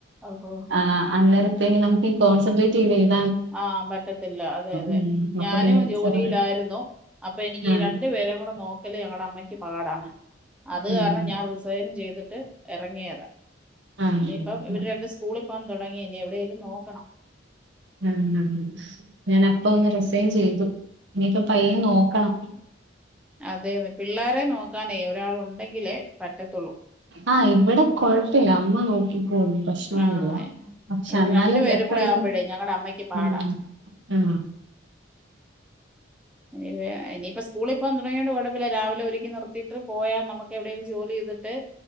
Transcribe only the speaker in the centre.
ഓഹോ
ആ പറ്റത്തില്ല. അതെ അതെ
ഞാനും
ജോലിയിലായിരുന്നു
അപ്പൊ എനിക്ക്
രണ്ടു പേരേം കൂടെ നോക്കല് ഞങ്ങടെ അമ്മയ്ക്ക് പാടാണ് അത്
കാരണം ഞാൻ റിസൈൻ ചെയ്ത് ട്ട് എറങ്ങിയതാ.
ഇനിയിപ്പ ഇവര് രണ്ട് സ്കൂള് പോവാൻ തൊടങ്ങി ഇനി എവിടെ നോക്കണം.
അതെ, അതെ, പിള്ളേരെ നോ നോക്കാനേ ഒരാൾ ഉണ്ടെങ്കിലേ പറ്റത്തൊള്ളൂ.
ആഹ്
ഇവിടെ
രണ്ടു പേരും
കൂടെ ആവുമ്പഴേ ഞങ്ങടെ അമ്മയ്ക്ക് പാടാ.
<unintelligible> വെ ഇനിയിപ്പോ സ്കൂളി പോൻ തുടങ്യോണ്ട്കൊഴപ്പില്ല. രാവിലെ ഒരുക്കി നിർത്തീട്ട് പോയാ നമുക്ക് എവിടേലും ജോലി എയ്തിട്ട്,